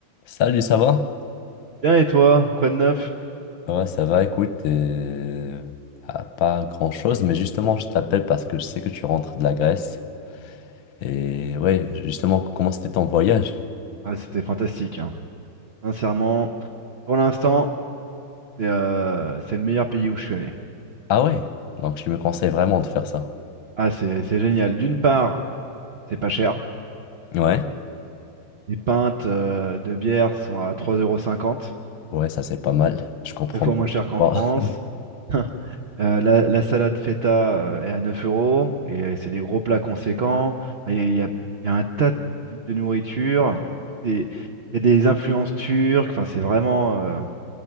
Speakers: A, on the left; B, on the right.
A: Salut, ça va?
B: Bien et toi, quoi de neuf?
A: Ouais, ça va, écoute, euh, ah, pas grand-chose, mais justement, je t'appelle parce que je sais que tu rentres de la Grèce. Et ouais, justement, comment c'était ton voyage?
B: Ah, c'était fantastique, hein. Sincèrement, pour l'instant, c'est euh, c'est le meilleur pays où je suis allé.
A: Ah ouais, donc je me conseille vraiment de faire ça.
B: Ah, c'est c'est génial. D'une part, c'est pas cher.
A: Ouais,
B: Les pintes euh, de bière sont à 3,50 euros, cinquante,
A: ouais, ça c'est pas mal, je comprends
B: deux fois
A: bien.
B: moins cher qu'en
A: Bon.
B: France.
A: <laughs>
B: <laughs> Euh, la, la salade feta euh, est à 9 euros et c'est des gros plats conséquents. Enfin, Il y a, il y a- il y a un tas de types de nourriture. C'est- Il y a des influences turques. Enfin, c'est vraiment, euh,